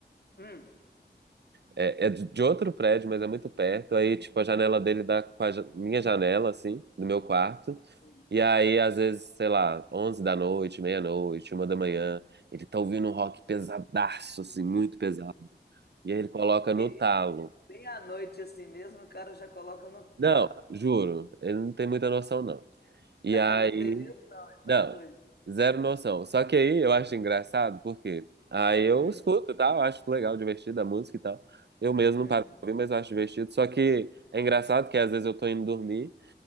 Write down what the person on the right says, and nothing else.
é, é de de outro prédio, mas é muito perto. Aí, tipo, a janela dele dá com a ja- minha janela, assim, do meu quarto.
E aí, às vezes, sei lá, 11 da noite, meia-noite, uma da manhã, ele tá ouvindo um rock pesadaço, assim, muito pesado. E aí ele coloca no
talo.
Não,
juro, ele não tem muita noção, não.
E aí,
não,
zero noção. Só que aí eu acho engraçado, porque aí eu
escuto, e tal, acho legal, divertido a música e tal. Eu mesmo
não paro de ouvir, mas eu acho divertido. Só que é engraçado que às vezes eu tô indo dormir,